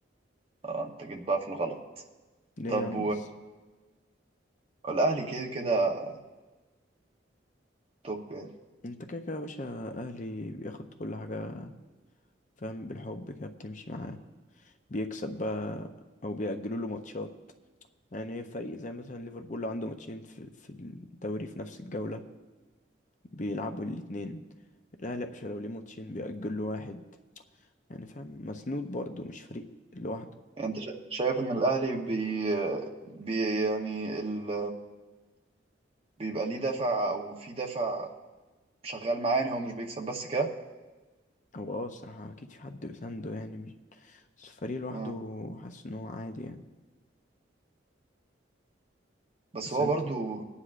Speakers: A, on the right (about 30°); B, on the left (about 40°).
A: اه انت جيت بقى في الغلط
B: ليه
A: طب
B: يا عم بس
A: والاهلي كده كده توب يعني
B: انت كده كده يا باشا اهلي بياخد كل حاجة فاهم بالحب كده بتمشي معاه بيكسب بقى او بيأجلوا له ماتشات يعني فريق زي مثلا ليفربول لو عنده ماتشين في, في الدوري في نفس الجولة بيلعبوا الاتنين الاهلي يا باشا لو ليه ماتشين بيأجل له واحد يعني فاهم مسنود برضه مش فريق لوحده
A: يعني انت شا- شايف ان الاهلي بي, بي يعني ال... بيبقى ليه دافع او في دافع شغال معاه يعني هو مش بيكسب بس كده
B: هو اه الصراحة اكيد في حد بيسنده يعني مش بس الفريق لوحده
A: آه.
B: حاسس ان هو عادي يعني
A: بس
B: بس
A: هو
B: انتوا
A: برضو